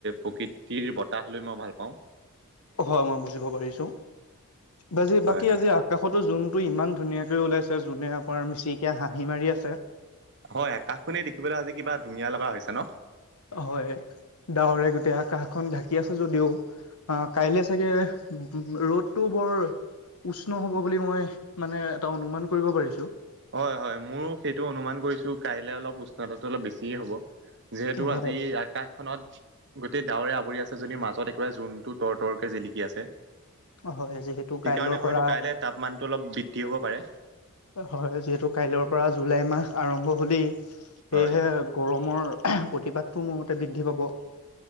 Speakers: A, on the right; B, on the left.
A: প্ৰকৃতিৰ বতাহ লৈ মই মই ভাল পাওঁ।
B: হয়, মই বুজিব পাৰিছোঁ। বাজি
A: হয়
B: বাকী
A: হয়
B: আজি আকাশতো জোনটো ইমান ধুনীয়া ওলাইছে, জোনে আমাৰ মিচিকিয়া হাঁহি মাৰি আছে।
A: হয়, আকাশখনেই দেখিবলৈ আজি কিবা ধুনীয়া লগা হৈছে ন?
B: হয়, ডাৱৰে গোটেই আকাশখন ঢাকি আছে যদিও। অ', কাইলে চাগে ৰ'দটো বৰ উষ্ণ হ'ব বুলি মই মানে এটা অনুমান কৰিব পাৰিছোঁ।
A: হয়, হয়, মোৰ সেইটো অনুমান কৰিছোঁ কাইলৈ অলপ উষ্ণতাটো অলপ বেছিয়েই হ'ব। যিহেতু
B: হয়
A: আজি আকাশখনত গোটেই ডাৱৰে আৱৰি আছ মাজত একেবাৰে জোনটো তৰ, তৰকে জিলিকি আছে। সেইকাৰণে
B: হয় যিহেতু কাইলৈৰ পৰা
A: হয়তো কাইলে তাপমানটো অলপ বৃদ্ধি হ'ব পাৰে।
B: হয়, যিহেতু কাইলৈৰ পৰা জুলাই মাহ আৰম্ভ হ'লেই সেয়েহে
A: হয়
B: গৰমৰ প্ৰতিপাদটো মোৰ মতে বৃদ্ধি পাব।